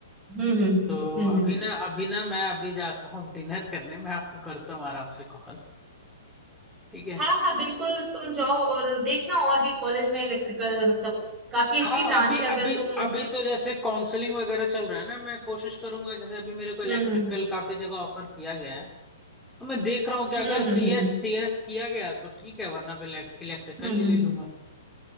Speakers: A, on the right; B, in the centre.
A: हम्म हम्म
B: तो
A: हम्म।
B: अभी ना अभी ना मैं अभी जाता हूँ डिनर करने मैं आपको करता हूँ आराम से कॉल ठीक है
A: हाँ हाँ बिल्कुल तुम जाओ और देखना और भी कॉलेज में इलेक्ट्रिकल मतलब काफी
B: हाँ
A: अच्छी ब्रांच
B: अभी
A: है अगर
B: अभी
A: तुम
B: अभी तो जैसे काउंसलिंग वगैरह चल रहा है ना मैं कोशिश करूंगा जैसे अभी मेरे को इलेक्ट्रिकल
A: हम्म
B: काफी जगह ऑफर किया गया है तो मैं देख रहा हूँ कि अगर
A: हम्म
B: सी
A: हम्म हम्म हम्म
B: एस सी एस किया गया तो ठीक है वरना फिर इलेक्ट्रिकल
A: हम्म, हम्म।
B: ही ले
A: हम्म।
B: लूंगा